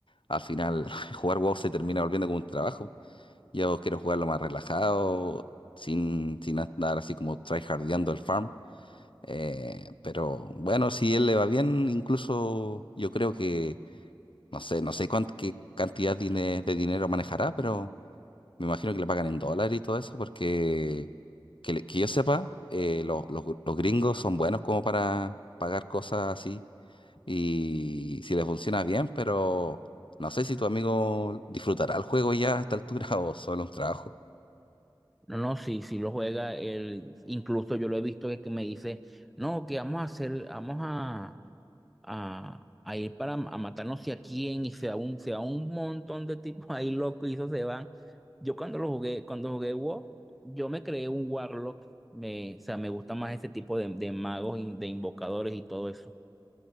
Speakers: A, on the left; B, in the centre.
A: al final, <laughs> jugar WoW se termina volviendo como un trabajo. Yo quiero jugarlo más relajado, sin, sin andar así como tryhardeando el farm. Eh, pero bueno, si él le va bien, incluso yo creo que, no sé, no sé cuán- qué cantidad dine- de dinero manejará, pero me imagino que le pagan en dólares y todo eso, porque que, le- que yo sepa, eh, los, los- los gringos son buenos como para pagar cosas así y si le funciona bien, pero no sé si tu amigo disfrutará el juego ya a esta altura <laughs> o solo un trabajo.
B: No, no, sí, sí lo juega. Él, incluso yo lo he visto que, que me dice, no, que vamos a hacer, vamos a, a, a ir para m- a matarnos sé a quién, y se da un, se da un montón de tipos <laughs> ahí locos y eso se van. Yo cuando lo jugué, cuando jugué WoW, yo me creé un Warlock. Me, o sea, me gusta más ese tipo de, de magos, in- de invocadores y todo eso.